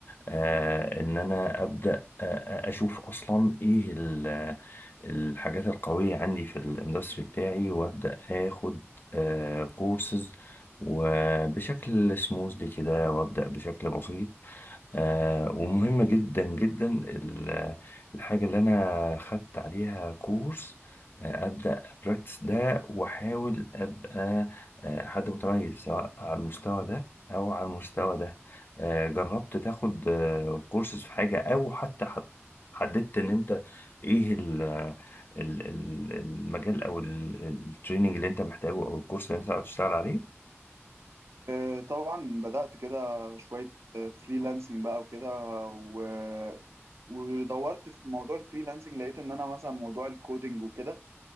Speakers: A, on the left; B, on the right.
A: آه، ان انا ابدا آه، آه، اشوف اصلا ايه ال- الحاجات القويه عندي في الاندستري بتاعي وابدا اخد كورسز وبشكل سموز كده وابدا بشكل بسيط آه ومهم جدا جدا ال- الحاجة اللي أنا خدت عليها كورس آه أبدأ براكتس ده وأحاول أبقى آه حد متميز سواء على المستوى ده أو على المستوى ده آه جربت تاخد آه كورسز في حاجة أو حتى حد- حددت إن أنت إيه ال ال- ال- المجال أو التريننج اللي أنت محتاجه أو الكورس اللي أنت هتشتغل عليه
B: آه، طبعا بدات كده شويه فريلانسنج بقى وكده و ودورت في موضوع الفريلانسنج لقيت ان انا مثلا موضوع الكودينج وكده